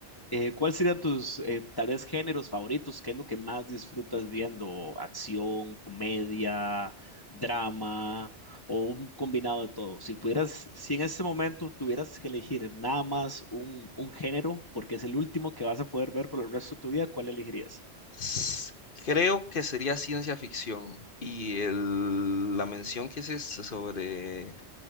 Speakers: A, on the left; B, on the left.
A: Eh, ¿cuáles serían tus, eh, tal vez, géneros favoritos? ¿Qué es lo que más disfrutas viendo? ¿Acción, comedia, drama o un combinado de todo? Si pudieras, si en este momento tuvieras que elegir nada más un, un género, porque es el último que vas a poder ver por el resto de tu vida, ¿cuál elegirías?
B: S- Creo que sería ciencia ficción. Y el- la mención que hiciste sobre